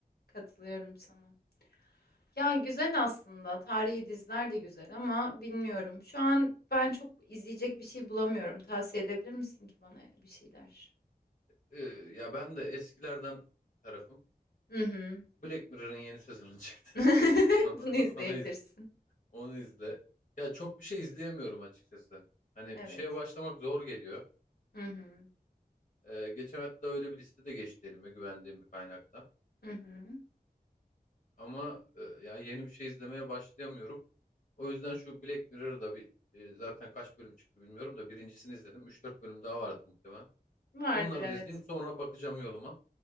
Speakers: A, on the left (about 75°); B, on the left (about 55°).
A: katılıyorum sana. Ya güzel aslında tarihi diziler de güzel ama bilmiyorum. Şu an ben çok izleyecek bir şey bulamıyorum. Tavsiye edebilir misin ki bana bir şeyler?
B: Eee, ya ben de eskilerden tarafım.
A: Hı hı.
B: Black Mirror'ın yeni sezonu çıktı.
A: <laughs>
B: <laughs>
A: Bunu izleyebilirsin.
B: Onu iz, onu izle. Ya çok bir şey izleyemiyorum açıkçası. Hani
A: Evet.
B: bir şeye başlamak zor geliyor.
A: Hı hı.
B: Eee, geçen hatta öyle bir liste de geçti elime güvendiğim bir kaynaktan.
A: Hı hı.
B: Ama eee, ya yeni bir şey izlemeye başlayamıyorum. O yüzden şu Black Mirror'da bir eee, zaten kaç bölüm çıktı bilmiyorum da birincisini izledim. üç dört bölüm daha vardı muhtemelen.
A: Vardır
B: Onları
A: evet.
B: da izleyeyim sonra bakacağım yoluma.